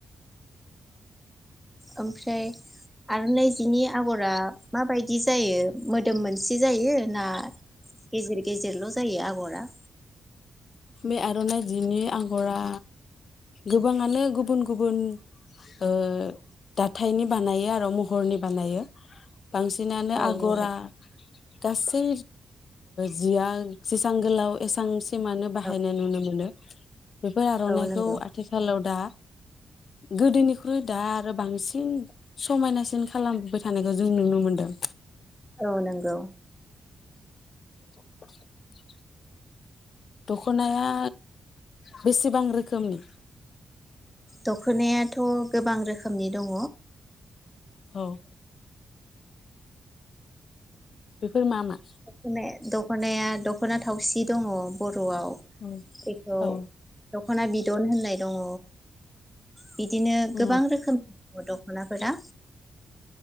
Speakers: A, in the centre; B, on the left.
A: ओमफ्राय आरो नैजिनि आगरा माबायदि जायो मोदोम मोनसे बिदि जायो ना गेजेर गेजेरल' जायो आगरा।
B: बे आर'नाइ जिनि आगरा गोबाङानो गुबुन गुबुन ओ दाथाइनि बानायो आरो महरनि बानायो। बांसिनानो
A: औ
B: आगरा
A: नंगौ
B: गासै जिया जेसां गोलाव एसां सिमान। बाहायनाय
A: औ
B: नुनो मोनो बेफोर आर'नाइखौ
A: औ नंगौ
B: आथिखालाव दा गोदोनिख्रुइ दा आरो बांसिन समायनासिन खालामबोबाय थानायखौ जों नुनो मोनदों।
A: औ नोंगौ।
B: <inaudible> दख'नाया बेसेबां रोखोमनि
A: दख'नायाथ' गोबां रोखोमनि दङ।
B: औ बेफोर मा मा
A: <unintelligible> दख'नाया दख'ना थावसि दङ बर
B: औ
A: बेखौ
B: औ
A: दख'ना बिदन होननाय। दङ बिदिनो
B: उम
A: गोबां रोखोमनि दख'नाफोरा